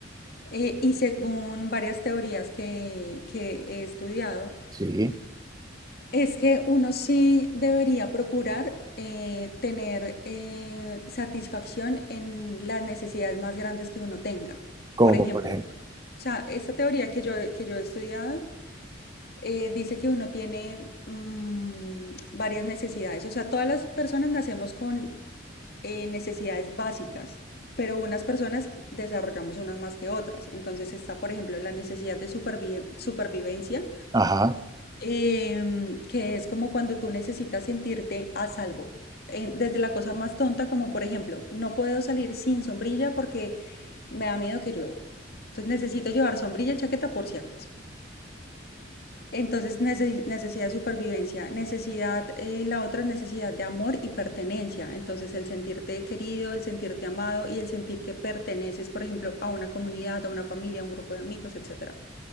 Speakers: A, on the left; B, on the right.
A: Eh, y según varias teorías que, que he estudiado,
B: Sí,
A: es que uno sí debería procurar eh, tener eh, satisfacción en las necesidades más grandes que uno tenga.
B: como
A: Por ejemplo,
B: por ejemplo,
A: o sea, esta teoría que yo, que yo he estudiado eh, dice que uno tiene mm, varias necesidades. O sea, todas las personas nacemos con eh, necesidades básicas, pero unas personas desarrollamos unas más que otras. Entonces está, por ejemplo, la necesidad de supervi- supervivencia,
B: ajá,
A: em, que es como cuando tú necesitas sentirte a salvo. En- desde la cosa más tonta, como por ejemplo, no puedo salir sin sombrilla porque me da miedo que llueva. Entonces necesito llevar sombrilla y chaqueta por si acaso. Entonces, nece- necesidad de supervivencia, necesidad, eh, la otra es necesidad de amor y pertenencia. Entonces, el sentirte querido, el sentirte amado y el sentir que perteneces, por ejemplo, a una comunidad, a una familia, a un grupo de amigos, etcétera.